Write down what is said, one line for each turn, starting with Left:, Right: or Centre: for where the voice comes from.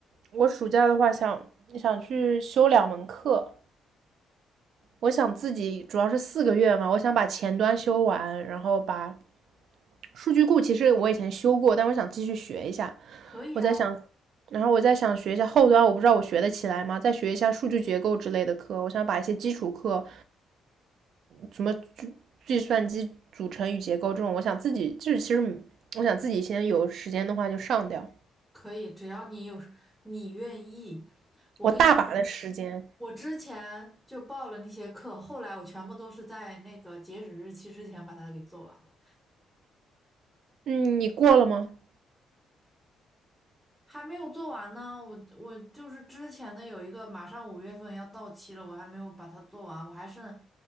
Right: 我暑假的话想想去修两门课，我想自己主要是四个月嘛，我想把前端修完，然后把数据库其实我以前修过，但我想继续学一下。
Centre: 可以啊。
Right: 我在想，然后我在想学一下后端，我不知道我学得起来吗？再学一下数据结构之类的课，我想把一些基础课什么计计算机组成与结构这种，我想自己就是其实我想自己先有时间的话就上掉，
Centre: 可以，只要你有时你愿意。我跟你说，
Right: 我大把的时间。
Centre: 我之前就报了那些课，后来我全部都是在那个截止日期之前把它给做完了
Right: 嗯，你过了吗？
Centre: 还没有做完呢。我我就是之前的有一个马上五月份要到期了，我还没有把它做完，我还剩